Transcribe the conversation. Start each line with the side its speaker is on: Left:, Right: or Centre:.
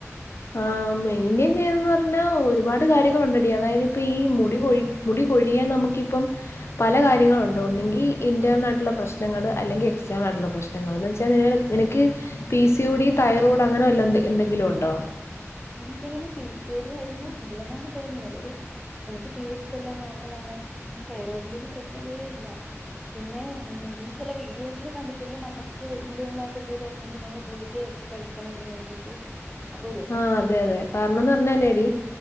Left: ആഹ് മെയിന്റെയ്ൻ ചെയ്യണെന്ന് പറ്ഞ്ഞാ ഒരുപാട് കാര്യങ്ങളുണ്ടെടീ അതായത് ഇപ്പൊ ഈ മുടി കൊഴി മുടി കൊഴിയാൻ നമുക്കിപ്പം പല കാര്യങ്ങളുണ്ട് ഒന്നെങ്കി ഇന്റേനായിട്ട്ള്ള പ്രശ്നങ്ങള് അല്ലെങ്കി എക്സ്റ്റേണായ്ട്ട്ള്ള പ്രശ് നങ്ങള് എന്ന് വെച്ചാ നിനക്കീ പിസിയൊടി തൈറോയ്ഡ് അങ്ങനെ വെല്ല എ എന്തെങ്കിലുണ്ടോ?
Centre: എനിക്ക് അങ്ങനെ പിസിയൊടി അതൊന്നും ഇല്ലെന്നാണ് തോന്ന്ന്നത് അതോരു എനിക്ക് പീരീഡ്സ് എല്ലാം നോർമലാണ് പിന്നെ തൈറോയിഡിന്റോന്നും പ്രശ്നവേ ഇല്ല. പിന്നെ ഞാൻ ചെല വീഡിയോസിലൊക്കെ കണ്ടിട്ടുണ്ട് നമുക്ക് ഇന്റെണലായിട്ട് എന്തെങ്കിലും ഒണ്ടെങ്കി നമ്മള് ഗുളികെ കഴിക്കണം ഇതിന് വേണ്ടിട്ട് അപ്പൊരു
Left: ആഹ് അതെ അതെ കാരണംന്ന് പറഞ്ഞാലെടീ